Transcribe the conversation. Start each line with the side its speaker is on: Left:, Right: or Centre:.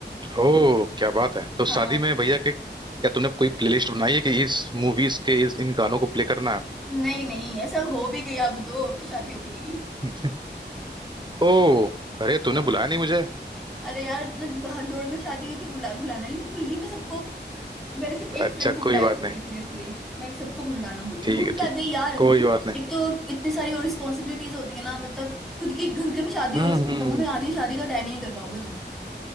Right: हो क्या बात है तो शादी
Centre: हाँ
Right: में भैया के क्या तूने कोई प्लेलिस्ट बनाई है कि इस मूवीज के इस इन गानों को प्ले करना
Centre: नहीं नहीं ये सब हो भी गया अब तो अब तो शादी हो भी गई
Right: है ओ अरे तूने
Centre: हाँ
Right: बुलाया नहीं मुझे
Centre: अरे यार न- भाग दौड़ में शादी हुई कि भुला भुलाना ही नहीं भूल गई मैं सबको मैंने सिर्फ एक
Right: अच्छा
Centre: फ्रेंड को
Right: कोई
Centre: बुलाया
Right: बात
Centre: था सीरियसली
Right: नहीं
Centre: मैं सबको भुलाना भूल गई
Right: ठीक
Centre: भूल
Right: है
Centre: क्या
Right: ठीक
Centre: गई यार
Right: कोई बात नहीं
Centre: एक तो इतनी सारी और रिस्पॉन्सिबिलिटीज होती है ना मतलब खुद के घर के में शादी
Right: हम्म
Centre: हो रहा है सही
Right: हम्म
Centre: बताऊं मैं आधी शादी तो अटेंड ही नहीं कर पाओगे तुम